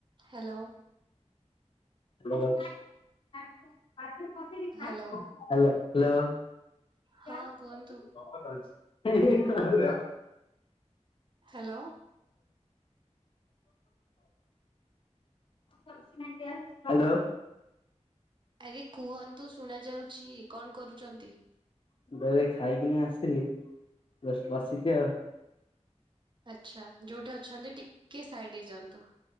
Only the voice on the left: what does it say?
hello hello.
hello.
Hello.
<unintelligible> ଖାଇକିନା ଆସିଲି ଜଷ୍ଟ ବସିଛି ଆଉ।